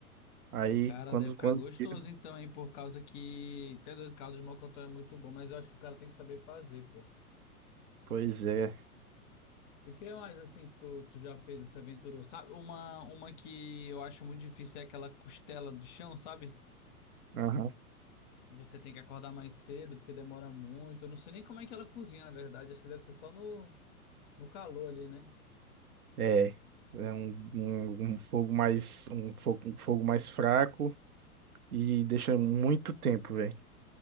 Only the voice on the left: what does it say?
Cara,
deve ficar
gostoso
então, hein? Por causa que até do caldo de mocotó é muito bom, mas eu acho que o cara tem que saber fazer, pô.
E que mais assim que tu, tu já fez, se aventurou? Sabe, uma, uma que eu acho muito difícil é aquela costela do chão, sabe?
Que você tem que acordar mais cedo porque demora muito. Eu não sei nem como é que ela cozinha, na verdade. Acho que deve ser só no, no calor ali, né?